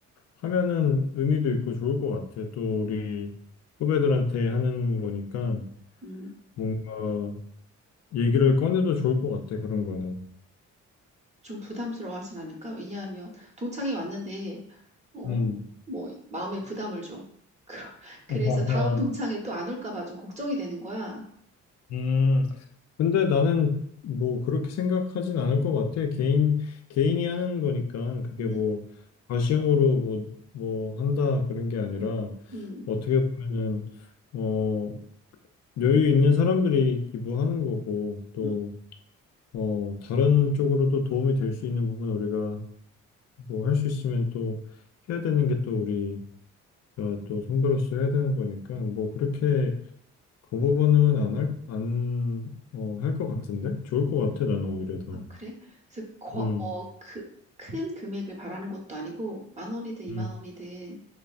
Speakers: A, on the left; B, on the right.
A: 하면은 의미도 있고 좋을 것 같아. 또 우리 후배들한테 하는 거니까
B: 음,
A: 뭔가 얘기를 꺼내도 좋을 것 같아, 그런 거는.
B: 좀 부담스러워하진 않을까? 왜냐하면 동창이 왔는데 어,
A: 음.
B: 뭐 마음에 부담을 줘. 그러- 그래서
A: <laughs> 아하.
B: 다음 동창에 또 안 올까 봐 좀 걱정이 되는 거야.
A: 음. 근데 나는 뭐 그렇게 생각하진 않을 것 같아. 개인, 개인이 하는 거니까 그게
B: 음,
A: 뭐 과시형으로 뭐, 뭐 한다 그런 게 아니라
B: 음,
A: 어떻게 보면은, 어, 여유 있는 사람들이 기부하는 거고 또,
B: 음.
A: 어, 다른 쪽으로도 도움이 될 수 있는 부분 우리가 뭐 할 수 있으면 또 해야 되는 게 또 우리가 또 선배로서 해야 되는 거니까 뭐 그렇게 거부 반응은 안 할, 안, 어, 할 것 같은데? 좋을 것 같아, 나는 오히려 더.
B: 아, 그래? 그래서 거,
A: 음,
B: 어, 그, 큰 금액을 바라는 것도 아니고 만 원이든 이만
A: 음,
B: 원이든